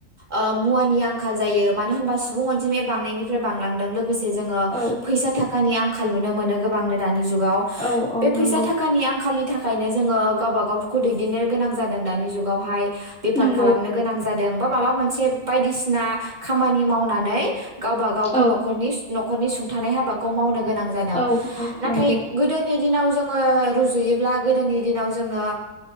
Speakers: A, on the right; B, in the centre.
A: ओ मुवानि आंखाल जायो मानो होनबा सुबुं अनजिमाया बांनायनिफ्राय बांलांदों लोगोसे जोङो
B: औ
A: थाखानि आंखाल नुनो मोनो गोबांनो दानि जुगाव
B: औ औ
A: बे फैसा
B: नंगौ
A: थाखानि आंखालि नि थाखायनो जोङो गावबा गावखौ दैदेननो गोनां जादों दानि जुगावहाय बेफार
B: नंगौ
A: खालामनो गोनां जाद दों बा माबा मोनसे बायदिसिना खामानि मावनानै गावबा गावखौ
B: औ
A: न'खरनि न'खरनि सुब थानाय हाबाखौ मावनो गोनां जादों
B: औ औ
A: नाथाय
B: नंगौ
A: गोदोनि दिनाव जोङो रुजुयोब्ला गोदोनि दिनाव जोंनो